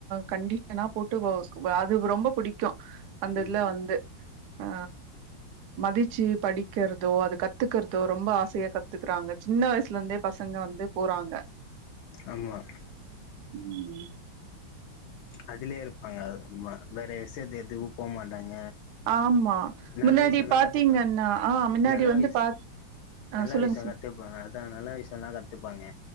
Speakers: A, on the right (about 65°); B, on the left (about 80°).
A: கண்டிஷனா போட்டு அது ரொம்ப புடிக்கு அந்த இதுல
B: ம்
A: வந்து ஆ மதிச்சு படிக்கிற்தோ அது கத்துக்கிறதோ ரொம்ப ஆசையா கத்துக்குறாங்க சின்ன வயசுல இருந்தே பசங்க வந்து போறாங்க
B: ஆமா
A: உம் ம்
B: அதுலையே இருப்பாங்க அ அம்மா வேற விஷயத்துக்கு எதுவு போம்மா அ
A: ஆமா
B: நல்ல
A: முன்னாடி
B: விஷயந்தா
A: பாத்தீங்கன்னா
B: கத்துப்பே
A: ஆ முன்னாடி
B: நல்ல
A: வந்து
B: விஷ்
A: பா ஆ
B: நல்ல
A: சொல்லுங்க
B: விஷயோ
A: சொல்லுங்க
B: கத்துப்பே அதா நல்ல விஷயோந்தா கத்துப்பாங்க